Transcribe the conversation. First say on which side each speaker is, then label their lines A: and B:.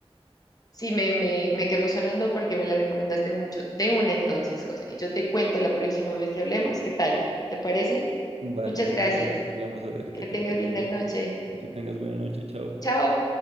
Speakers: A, on the left; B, on the right.
A: Sí, me, me, me quedó sonando porque me la recomendaste mucho. De una entonces, José. Y yo te cuento la próxima vez que hablemos, ¿qué tal? ¿Te parece?
B: Vale,
A: Muchas
B: la
A: gracias.
B: próxima charlamos a ver qué
A: Que
B: te
A: tengas
B: pareció.
A: linda noche.
B: Que tengas buena noche, chao.
A: Chao.